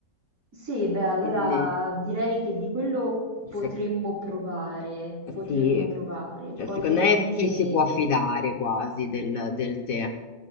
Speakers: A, on the right (about 50°); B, on the left (about 55°).
A: Sì, beh, allora
B: Quindi,
A: direi che di quello potremmo
B: se-
A: provare, potremmo
B: sì,
A: provare.
B: cioè,
A: Poi
B: secondo
A: chiaramente,
B: me ci si può fidare quasi del, del tè.